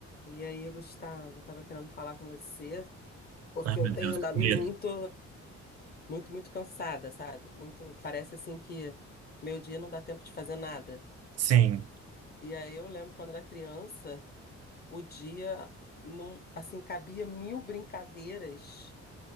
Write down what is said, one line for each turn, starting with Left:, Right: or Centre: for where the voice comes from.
Left: E aí, Gustavo, tava querendo falar com você, porque
Right: Ai,
Left: eu
Right: meu
Left: tenho
Right: Deus,
Left: andado
Right: que medo.
Left: muito, muito, muito cansada, sabe? Muito, parece assim que meu dia não dá tempo de fazer nada.
Right: Sim,
Left: E aí eu lembro quando era criança, o dia não, assim, cabia mil brincadeiras